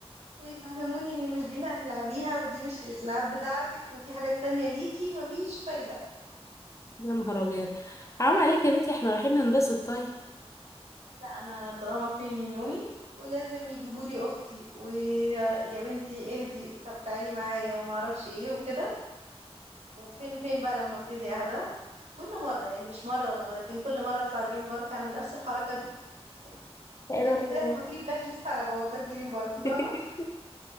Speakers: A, on the right; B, on the left.
A: ويفهموني ان مش دي اللي هتلعبيها ودي مش الالعاب بتاعتك وفي حاجات تانية ليكي مفيش فايده
B: يا نهار ابيض حرام عليك يا بنتي احنا رايحين ننبسط طيب
A: لا انا دراما كوين من يومي ولازم يجيبوا لي اختي ويا يا بنتي اهدي طب تعالي معايا وما اعرفش ايه وكده وفين فين بقى لما ابتدي اهدى كل مره يعني مش مره ولا مرتين كل مره اطلع دريم بارك اعمل نفس الحركه دي يعني
B: لا
A: بعد
B: لا
A: كده
B: لا
A: هيحطوا لي بلاك ليست على بوابات دريم بارك
B: <laughs>
A: فاهمه